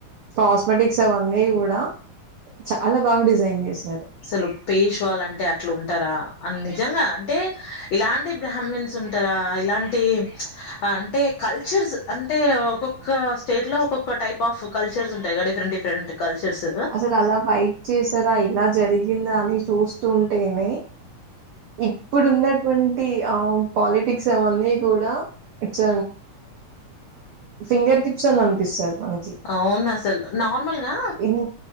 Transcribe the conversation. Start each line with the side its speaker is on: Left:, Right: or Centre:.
Right: కాస్మెటిక్స్ అవన్నీ కూడా చాలా బాగా డిజైన్ చేసిాయి
Left: అసలు పేష్వాాలంటే అట్లు ఉంటారా అన్ని నిజంగా అంటే ఇలాంటి బ్రాహ్మన్స్ ఉంటారా ఇలాంటి అంటే కల్చర్ అంటే ఒక్కొక్క స్టేట్ లో ఒక్కొక్క టైప్ ఆఫ్ కల్చర్స్ ఉంటాయి క డిఫరెంట్ డిఫరెంట్ కల్చర్స్
Right: అసలు అలా ఫైట్ చేసారా ఇలా జరిగిందా అని చూస్తుంటేనే ఇప్పుడు ఉన్నటువంటి ఆ పాలిటిక్స్ అవన్నీ కూడా ఇట్స్ ఫింగర్టిప్స్ అన్ అనిపిస్తది మనకి.
Left: అవును అసలు నార్మల్గా
Right: ఇన్